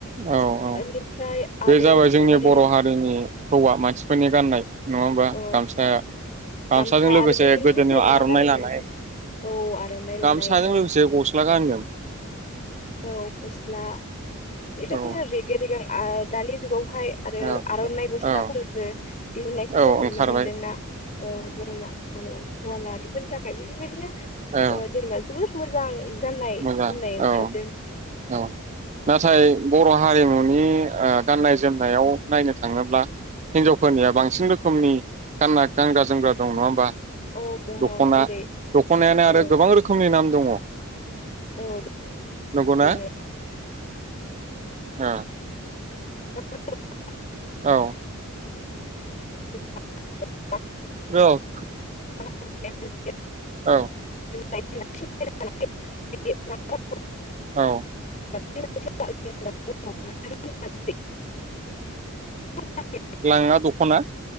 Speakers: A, on the right (about 35°); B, on the left (about 35°).
A: औ औ
B: बेनिफ्राय
A: बे
B: आरो
A: जाबाय जोंनि
B: बेबायदिनो
A: बर' हारिनि हौवा मानसिफोरनि गाननाय नङा होमबा
B: औ
A: गामसा गामसाजों
B: गामसा आरो
A: लोगोसे
B: बेजों
A: गोदोनायाव
B: मा
A: आर'नाइ
B: गानोमोन
A: लानाय
B: नोंथां? औ आर'नाइ लानाय
A: गामसाजों
B: ओ
A: लोगोसे गस्ला गानगोन।
B: औ गस्ला बेबायदिनो
A: औ
B: रेगे- रेगां <unintelligible> दानि जुगाव बेहाय आरो
A: औ
B: आर'नाइ गस्लाफोरबो
A: औ
B: दिहुननायखौ
A: औ
B: जों नुनो
A: ओंखारबाय
B: मोनदोंना औ मा औ। हौवा माहारि फोरनि थाखाय बेफोर बायदिनो
A: औ
B: अ जेनेबा जोबोद मोजां गाननाय
A: मोजां
B: जोमनाय ओंखार
A: औ औ नाथाय बर' हारिमुनि ओ गाननाय -जोमनायाव नायनो थाङोब्ला हिनजावफोरनिया बांसिन रोखोमनि गानना गानग्रा -जोमग्रा दं नङा होमबा?
B: औ दङ
A: दख'ना
B: जेरै
A: दख'नायानो आरो
B: औ
A: गोबां रोखोमनि नाम दङ'।
B: औ
A: नंगौना?
B: दङ
A: औ
B: <unintelligible>
A: औ
B: <unintelligible>
A: रख
B: <unintelligible>
A: औ
B: <unintelligible>
A: औ
B: <unintelligible> <unintelligible>
A: लांगा दख'ना